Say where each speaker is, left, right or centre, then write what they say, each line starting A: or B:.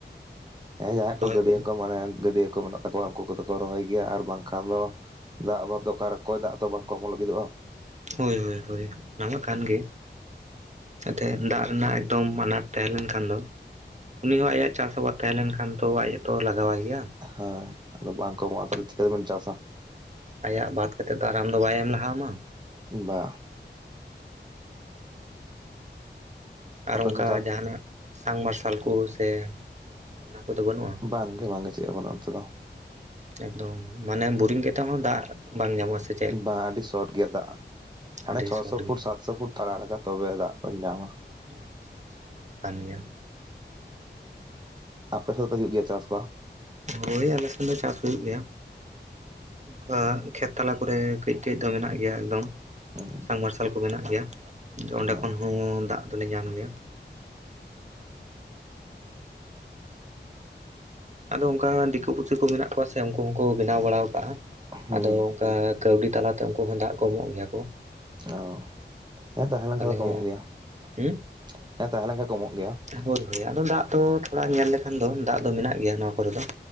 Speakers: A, on the right (about 25°); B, on the right (about 40°).
A: ᱦᱮᱸ ᱡᱟᱦᱟ
B: ᱨᱚᱦᱚᱭ
A: ᱠᱚ ᱜᱟᱹᱰᱭᱟᱹ
B: ᱠᱚᱫᱚ
A: ᱠᱚ ᱢᱟᱱᱮ ᱜᱟᱹᱰᱭᱟᱹ ᱠᱚ ᱢᱮᱱᱟᱜ ᱛᱟᱠᱚᱣᱟ ᱩᱱᱠᱩ ᱠᱚᱫᱚ ᱠᱚ ᱨᱚᱦᱚᱭ ᱜᱮᱭᱟ ᱟᱨ ᱵᱟᱝᱠᱷᱟᱱ ᱫᱚ ᱫᱟᱜ ᱵᱟ-ᱫᱚ ᱚᱠᱟᱨᱮ ᱠᱚᱭ ᱫᱟᱜ ᱫᱚ ᱵᱟᱝᱠᱚ ᱮᱢᱚᱜ ᱞᱟᱹᱜᱤᱫᱚᱜᱼᱟ᱾
B: ᱦᱳᱭ, ᱦᱳᱭ, ᱦᱳᱭ, ᱚᱱᱟᱢᱟ ᱠᱟᱱ ᱜᱮ᱾ ᱡᱟᱛᱮ ᱫᱟᱜ ᱨᱮᱱᱟᱜ ᱮᱠᱫᱚᱢ ᱟᱱᱟᱴ ᱛᱟᱦᱮᱸ ᱞᱮᱱ ᱠᱷᱟᱱ ᱫᱚ ᱩᱱᱤ ᱦᱚᱸ ᱟᱭᱟᱜ ᱪᱟᱥ ᱟᱵᱟᱫ ᱛᱟᱦᱮᱸᱞᱮᱱᱠᱷᱟᱱ ᱛᱚ ᱟᱡᱛᱚ ᱞᱟᱜᱟᱣᱟᱭ ᱜᱮᱭᱟ
A: ᱦᱳᱭ ᱟᱫᱚ ᱵᱟᱝ
B: ᱢᱮᱱᱠᱷᱟᱱ
A: ᱠᱚ ᱮᱢᱚᱜᱼᱟ, ᱛᱟᱦᱚᱞᱮ ᱪᱤᱠᱟᱹ ᱛᱮᱵᱮᱱ ᱪᱟᱥᱟ?
B: ᱟᱭᱟᱜ ᱵᱟᱛ ᱠᱟᱛᱮᱫ ᱫᱚ ᱟᱨ ᱟᱢ ᱫᱚ ᱵᱟᱭ ᱮᱢ ᱞᱟᱦᱟ ᱟᱢᱟ᱾
A: ᱵᱟ
B: ᱟᱨ
A: ᱟᱯᱮ
B: ᱚᱱᱠᱟ
A: ᱥᱮᱫ ᱫᱚ ᱪᱟᱥ
B: ᱡᱟᱦᱱᱟᱜ ᱥᱟᱝ ᱢᱟᱨᱥᱟᱞ ᱠᱩ ᱥᱮ ᱚᱱᱟ ᱠᱚᱫᱚ ᱵᱟᱹᱱᱩᱜᱼᱟ?
A: ᱵᱟᱝ ᱜᱮ ᱵᱟᱝᱜᱮ ᱪᱮᱫ ᱦᱚ ᱵᱟᱱᱩᱜ-ᱟ ᱱᱚᱛᱮ ᱫᱚ᱾
B: ᱮᱠᱫᱚᱢ ᱢᱟᱱᱮ ᱵᱳᱨᱤᱝ ᱠᱟᱛᱮᱫ ᱦᱚᱸ ᱫᱟᱜ ᱵᱟᱝ ᱧᱟᱢᱚᱜᱼᱟ ᱥᱮ ᱪᱮᱫ
A: ᱵᱟᱝ ᱟᱹᱰᱤ ᱥᱚᱴ ᱜᱮᱭᱟ ᱫᱟᱜ ᱦᱟᱱᱮ
B: ᱟᱹᱰᱤ
A: ᱪᱷᱚᱥᱚ
B: ᱥᱚᱴ ᱜᱮᱭᱟ
A: ᱯᱷᱩᱴ ᱥᱟᱛᱥᱚ ᱯᱷᱩᱴ ᱛᱟᱲᱟᱣ ᱞᱟᱜᱟᱜ-ᱟ ᱛᱚᱵᱮ ᱫᱟᱜ ᱫᱚᱢ ᱧᱟᱢᱟ᱾
B: ᱟᱪᱪᱷᱟ, ᱟᱪᱪᱷᱟ ᱚᱱᱟ ᱦᱚᱸ ᱠᱟᱱ ᱜᱮᱭᱟ
A: ᱟᱯᱮ ᱥᱮᱫ ᱫᱚ ᱦᱩᱭᱳᱜ ᱜᱮᱭᱟ ᱪᱟᱥ ᱠᱚ?
B: ᱦᱳᱭ ᱟᱞᱮ ᱥᱮᱱ ᱫᱚ ᱪᱟᱥ ᱦᱩᱭᱩᱜ ᱜᱮᱭᱟ᱾ ᱚᱱᱠᱟ ᱠᱷᱮᱛ ᱛᱟᱞᱟ ᱠᱚᱨᱮ ᱠᱟᱹᱡ ᱠᱟᱹᱡ ᱫᱚ ᱢᱮᱱᱟᱜ ᱜᱮᱭᱟ ᱮᱠᱫᱚᱢ ᱾
A: ᱦᱩᱸ
B: ᱥᱟᱢ ᱢᱟᱨᱥᱟᱞ ᱠᱚ ᱢᱮᱱᱟᱜ ᱜᱮᱭᱟ ᱚᱸᱰᱮ
A: ᱚ
B: ᱠᱷᱚᱱ ᱦᱚᱸ ᱫᱟᱜ ᱫᱚᱞᱮ ᱧᱟᱢ ᱜᱮᱭᱟ᱾ ᱟᱫᱚ ᱚᱱᱠᱟ ᱫᱤᱠᱩ ᱯᱩᱥᱤ ᱠᱚ ᱢᱮᱱᱟᱜ ᱠᱚᱣᱟ ᱥᱮ ᱩᱱᱠᱩ ᱦᱚᱸᱠᱚ ᱵᱮᱱᱟᱣ ᱵᱟᱲᱟ ᱟᱠᱟᱫᱼᱟ,
A: ᱦᱩᱸ
B: ᱟᱫᱚ ᱚᱱᱠᱟ ᱠᱟᱹᱣᱰᱤ ᱛᱟᱞᱟ ᱛᱮ ᱩᱱᱠᱩ ᱦᱚᱸ ᱫᱟᱜ ᱠᱚ ᱮᱢᱚᱜ ᱜᱮᱭᱟ ᱠᱚ ᱾
A: ᱚ ᱦᱮᱸ ᱛᱟᱦᱮᱸ ᱞᱮᱱᱠᱷᱟᱡ ᱫᱚ ᱠᱚ
B: ᱦᱚᱸ
A: ᱮᱢᱚᱜ ᱜᱮᱭᱟ
B: ᱦᱩᱸ
A: ᱾ <inaudible> ᱦᱮᱸ ᱛᱟᱦᱮᱸ ᱞᱮᱱᱠᱷᱟᱱ ᱠᱚ ᱮᱢᱚᱜ ᱜᱮᱭᱟ ᱾
B: ᱦᱳᱭ ᱦᱳᱭ ᱟᱫᱚ ᱫᱟᱜ ᱫᱚ ᱛᱷᱚᱲᱟ ᱧᱮᱞ ᱞᱮᱠᱷᱟᱱ ᱫᱚ ᱫᱟᱜ ᱫᱚ ᱢᱮᱱᱟᱜ ᱜᱮᱭᱟ ᱱᱚᱣᱟ ᱠᱚᱨᱮ ᱫᱚ᱾